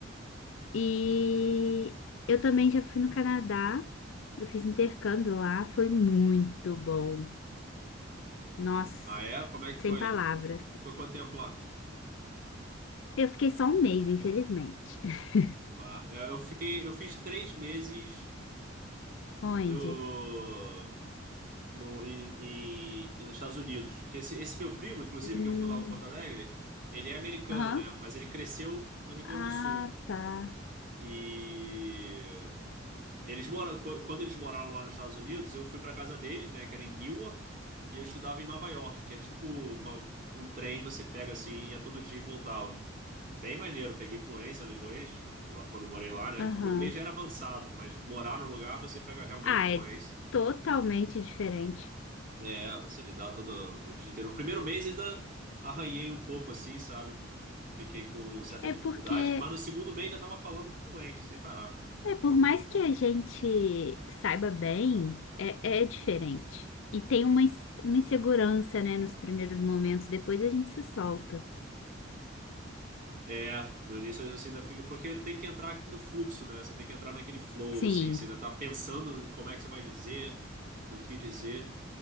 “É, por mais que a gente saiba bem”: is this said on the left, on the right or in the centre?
Left